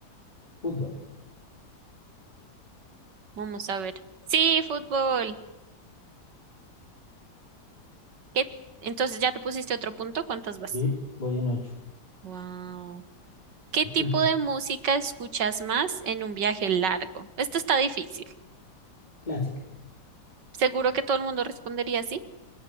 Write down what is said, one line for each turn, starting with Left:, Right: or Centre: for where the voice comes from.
Left: Fútbol.
Right: Vamos a ver. Sí, fútbol. ¿Qué? Entonces, ¿ya te pusiste otro punto? ¿Cuántas vas?
Left: Y voy en ocho.
Right: Wow.
Left: <laughs>
Right: ¿Qué tipo de música escuchas más en un viaje largo? Esto está difícil.
Left: Clásica.
Right: Seguro que todo el mundo respondería así.